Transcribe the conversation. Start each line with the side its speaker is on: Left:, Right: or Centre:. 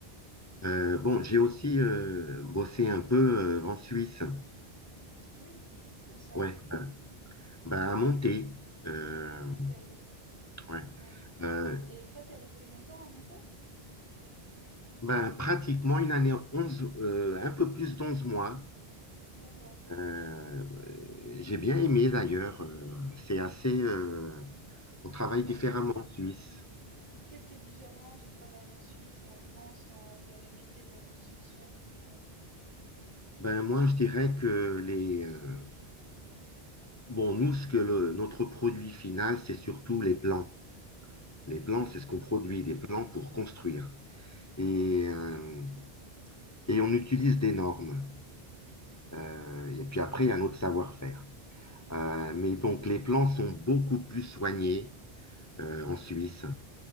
Left: Euh,
Right: Ah oui.
Left: bon, j'ai aussi euh, bossé un peu euh, en Suisse.
Right: Ah oui. Où ça?
Left: Ouais, ben, ben, à monter. Euh,
Right: Ah oui, à Montaix, oui.
Left: ouais.
Right: C'est vrai, tu m'en
Left: Euh,
Right: as parlé. Et ça, t'es resté longtemps à Montaix?
Left: ben, pratiquement une année, 11 euh, un peu plus d'onze mois.
Right: D'accord.
Left: Euh, j'ai bien aimé d'ailleurs. euh, c'est assez. euh, On travaille
Right: Bah,
Left: différemment
Right: c-
Left: en Suisse.
Right: qu'est-ce qui est différent du travail en Suisse et en France dans, dans les métiers de la construction, tu dirais?
Left: Ben moi, je dirais que les euh, bon nous ce que le- notre produit final, c'est surtout les plans. Les
Right: Mhm,
Left: plans, c'est ce qu'on produit, des plans pour construire.
Right: mhm,
Left: Et euh, et on utilise des normes.
Right: mhm,
Left: Euh, et puis après, il y a notre savoir-faire. Euh,
Right: mhm. mhm.
Left: mais donc les plans sont beaucoup plus soignés euh, en Suisse.